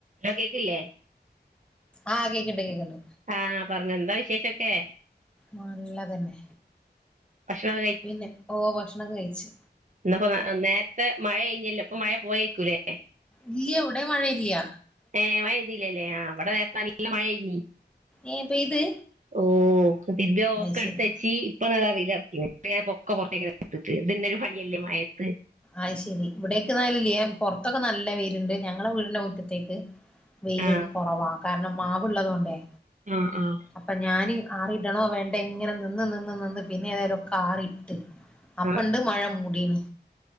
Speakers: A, on the right (about 45°); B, in the centre.
A: ആഹ കേക്കില്ലേ
B: ആഹ കേക്ക്ണ്ട് കേക്ക്ണ്ട്
A: ആഹ പറഞ്ഞൊ എന്താ വിശേഷൊക്കെ
B: നല്ലതന്നെ
A: ഭക്ഷണൊക്കെ
B: പിന്നെ ഓഹ ഭക്ഷണെക്കെ കയ്ച്ച്
A: ഇന്നപ്പം നേരത്തെ മഴയ്‌നെല്ലൊ ഇപ്പം മഴ പോയേക്കൂല്ലേ
B: ഇല്യ ഇവടെ മഴ ഇല്യ
A: ഏഹ മഴ പെയ്തീല്ലല്ലേ ആഹ ഇവടെ നേരത്തെ നല്ല മഴെയ്‌തിനി
B: ഏ പെയ്ത്
A: ഓ ഹ തിരുമ്പിയെ തൊക്കെ
B: അത് ശരി
A: ഇട്ത്തച്ചി ഇപ്പൊതാ വെയ്ലർക്ക്യ്ണ് ഇപ്പം ഞാൻ പ്പൊക്കെ പുറത്തേക്കെടുതിട്ട് ഇതെന്നൊരു പണിയല്ലേ മയത്ത്
B: അയ് ശരി ഇവിടേക്ക് മഴഇല്ല പൊറത്തൊക്കെ നല്ല വെയ്ല്ണ്ട് ഞങ്ങളെ വീടിന്റെ മുറ്റത്തേക്ക് വെയില്
A: ആ
B: കൊറവാ കാരണം മാവ്ള്ളതോണ്ടേ
A: ഉം ഉം
B: അപ്പം ഞാന് ആറിടണോ വേണ്ടേ ഇങ്ങനെ നിന്ന് നിന്ന് നിന്ന് പിന്നെ ഏതായാലും ഒക്കെ ആറിട്ട് അപ്പണ്ട്
A: ആ
B: മഴ മൂടീണ്